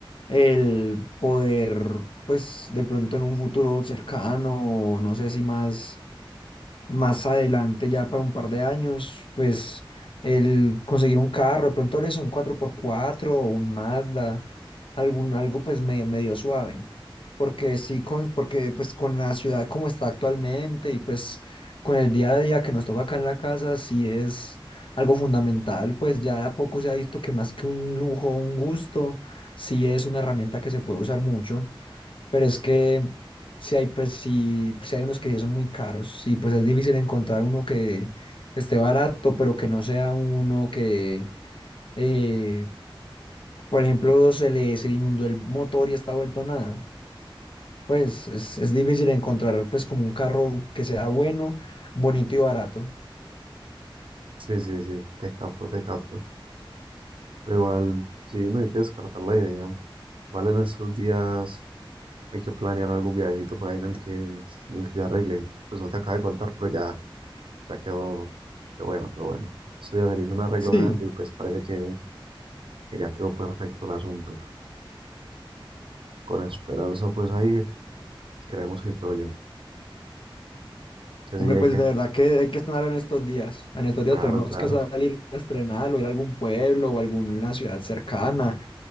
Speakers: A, on the left (about 70°); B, on the right (about 70°).
A: el poder, pues de pronto en un futuro cercano, no sé si más. más adelante, ya para un par de años, pues el conseguir un carro, de pronto eso un cuatro por cuatro o un Mazda, algún, algo pues me- medio suave. Porque sí, con, porque pues con la ciudad como está actualmente y pues con el día a día que nos toca acá en la casa, sí es algo fundamental, pues ya de a poco se ha visto que más que un lujo, un gusto, sí es una herramienta que se puede usar mucho. Pero es que si hay, pues, si, pues, si hay unos que sí son muy caros, y pues es difícil encontrar uno que esté barato, pero que no sea uno que, eh, por ejemplo, se le, se le inundó el motor y está vuelto nada. Pues es, es difícil encontrar pues como un carro que sea bueno, bonito y barato.
B: Sí, sí, sí, te capto, te capto. Pero igual, sí, no hay que descartar la idea. Igual en estos días hay que planear algún viajecito por ahí en el que, en el que yo arregle. Pues no te acabo de contar, pero ya, ya quedó, qué bueno, qué bueno. Eso ya se le hizo un arreglo
A: Sí,
B: grande y pues parece que, que ya quedó perfecto el asunto. Con esperanza, pues ahí creemos que quedó bien. Entonces
A: hombre,
B: sí, hay
A: pues
B: que,
A: de verdad que hay que estrenar en estos días. En estos días
B: claro,
A: tenemos
B: claro,
A: que salir a estrenar o ir a algún pueblo o alguna ciudad cercana